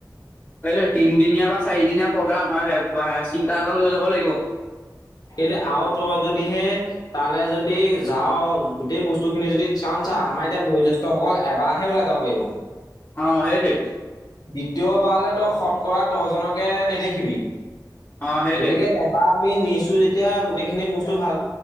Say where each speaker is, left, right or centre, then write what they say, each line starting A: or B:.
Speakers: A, on the left; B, on the left.
A: এই তিনদিনীয়া বা চাৰিদিনীয়া প্ৰগ্ৰাম চিন্তা এটা লৈ যাব লাগিব।
B: সেই আৰু তই যদিহে তালৈ যদি যাৱ গোটেই বস্তু বস্তু খিনি যদি চান চা আমাৰ এতিয়া বয়োজষ্ঠেসকল এবাৰহে ওলাই যাব পাৰিব।
A: অ', সেইটোৱে
B: দ্বিতীয়বাৰলে তই শত কৰা দহজনকে নেদেখিবি
A: অ', সেইটোৱে
B: গতিকে এবাৰ ম নিশ্চয় <unintelligible> যেতিয়া গোটেইখিনি বস্তু ভাল